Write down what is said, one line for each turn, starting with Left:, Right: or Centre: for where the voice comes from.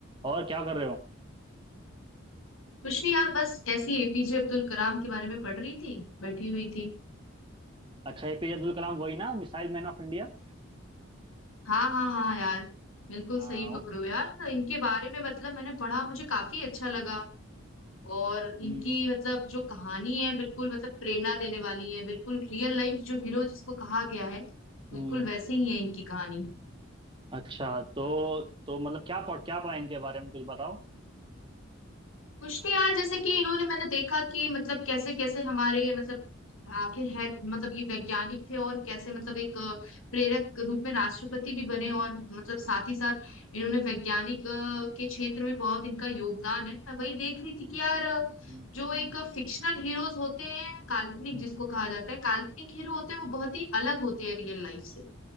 Right: और क्या कर रहे हो
Left: कुछ नहीं यार बस ऐसी एपीजे अब्दुल कलाम के बारे में पढ़ रही थी बैठी हुई थी
Right: अच्छा एपीजे अब्दुल कलाम वही ना मिसाइल मैन ऑफ इंडिया
Left: हाँ हाँ हाँ यार बिल्कुल
Right: हाँ
Left: सही पकड़ो यार तो इनके बारे में मतलब मैंने पढ़ा मुझे काफी अच्छा लगा और इनकी
Right: हम्म
Left: मतलब जो कहानी है बिल्कुल मतलब प्रेरणा देने वाली है बिल्कुल रियल लाइफ जो हीरो जिसको कहा गया है बिल्कुल
Right: हम्म,
Left: वैसे ही है इनकी कहानी
Right: अच्छा तो तो मतलब क्या पढ़ क्या पढ़ा इनके बारे में कुछ बताओ
Left: कुछ नहीं यार जैसे कि इन्होंने मैंने देखा कि मतलब कैसे कैसे हमारे मतलब आखिर है मतलब ये वैज्ञानिक थे और कैसे मतलब एक अ, प्रेरक रूप में राष्ट्रपति भी बने और मतलब साथ ही साथ इन्होंने वैज्ञानिक अ, के क्षेत्र में बहुत इनका योगदान है मैं वही देख रही थी कि यार अ,
Right: हम्म
Left: जो
Right: हम्म,
Left: एक फिक्शनल हीरोज होते हैं काल्पनिक
Right: हम्म,
Left: जिसको कहा जाता है काल्पनिक हीरो होते हैं वो बहुत ही अलग होते हैं रियल लाइफ से